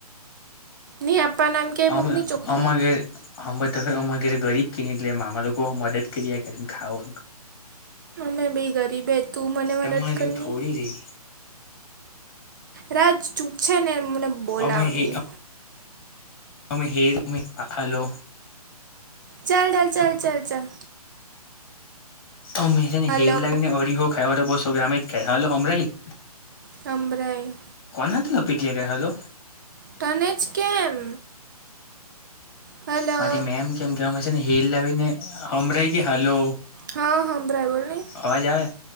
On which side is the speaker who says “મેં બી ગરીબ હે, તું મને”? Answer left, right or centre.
Right